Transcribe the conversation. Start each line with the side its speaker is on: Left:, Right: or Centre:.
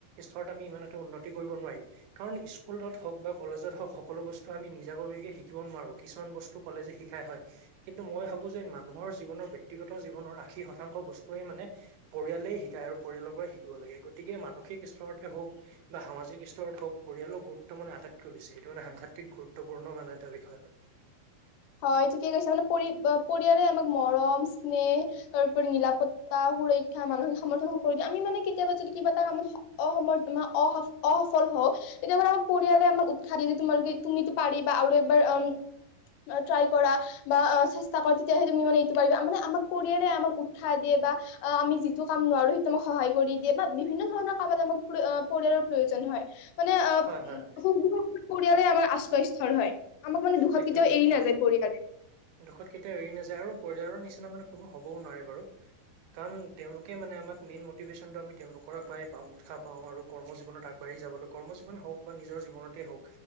Right: স্তৰত আমি ইমান এটা উন্নতি কৰিব নোৱাৰিম কাৰণ স্কুলত হওঁক বা কলেজত হওঁক সকলো বস্তু আমি নিজাববীয়াকে শিকিব নোৱাৰো কিছুমান বস্তু কলেজে শিকাই হয় কিন্তু মই ভাবো যে মানুহৰ জীৱনৰ ব্যয়ক্তিগত জীৱনৰ আশী শতাংশ বস্তুৱে মানে পৰিয়ালেই শিকায় আৰু পৰিয়ালৰ পৰা শিকিব লাগে গতিকে মানসিক স্তৰতে হওক বা সামাজিক স্তৰত হওক পৰিয়ালৰ গুৰুত্ব মানে আটাইতকৈ বেছি সেইটো মানে সাংঘাতিক গুৰুত্বপূৰ্ণ মানে এটা বিষয় আৰু।
Left: হয় ঠিকে কৈছে মানে পৰি পৰিয়ালে আমাক মৰম স্নেহ তাৰপৰি নিৰাপত্তা সুৰক্ষা মানসিক সামৰ্থন সকলোিয়ে আমি মানে কেতিয়াবা যদি কিবা এটা কামত অসফল হওঁ তেতিয়া মানে আমাক পৰিয়ালে আমাক উৎসাহ দিয়ে যে তোমালোকে তুমিতো পাৰিবা আৰু এবাৰ ট্ৰাই কৰা বা চেষ্টা কৰা তেতিয়াহ তুমি মানে নিটো পাৰিবা মানে আমাক পৰিয়ালে আমাক উৎসাহ দিয়ে বা অ' আমি যিটো কাম নোৱাৰো সেইটো মম সহায় কৰি দিয়ে বা বিভিন্ন ধৰণৰ কামত আমাক পৰিয়ালৰ প্ৰয়োজন হয়। মানে অ',
Right: হয় হয় হয়
Left: শু <unintelligible> পৰিয়ালে আমাৰ আশ্ৰয়স্থ্থল হয়। আমাক মান দুখত
Right: একদম
Left: কেতিয়া এৰি
Right: একদম
Left: নাযায়। পৰিয়ালে
Right: দুখত কেতিয়াও এৰি নাযায় আৰু। পৰিয়ালৰ নিচিনা মানে কোনো হ'বও নোৱাৰে বাৰু কাৰণ তেওঁলোকে মানে আমাক মেইন মটিভেশ্যনটো আমি তেওঁলোকৰ পৰাই পাওঁ উৎসাহ পাওঁ আৰু কৰ্ম জীৱনত আগবাঢ়ি যাবলৈ কৰ্ম জীৱন হওঁক বা নিজৰ জীৱনতে হওঁক